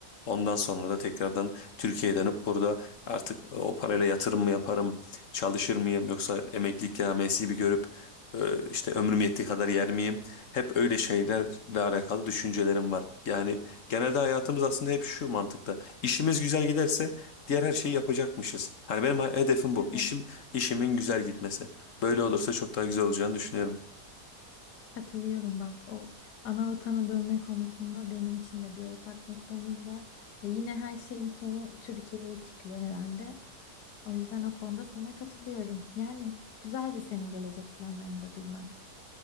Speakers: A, on the left; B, on the left.
A: ondan sonra da tekrardan Türkiye'ye dönüp burada artık e, o parayla yatırım mı yaparım, çalışır mıyım yoksa emeklilik yamyesi bir görüp e, işte ömrüm yettiği kadar yer miyim? Hep öyle şeylerle alakalı düşüncelerim var. Yani genelde hayatımız aslında hep şu mantıkta. İşimiz güzel giderse diğer her şeyi yapacakmışız. Hani benim hedefim bu.
B: Evet.
A: İşim, işimin güzel gitmesi. Böyle olursa çok daha güzel olacağını düşünüyorum.
B: Katılıyorum bak o ana vatana dönme konusunda benim için de bir ortak noktamız var. Ya yine her şeyin sonu Türkiye'ye çıkıyor herhalde. O yüzden o konuda sana katılıyorum. Yani güzeldi senin gelecek planlarını da duymak.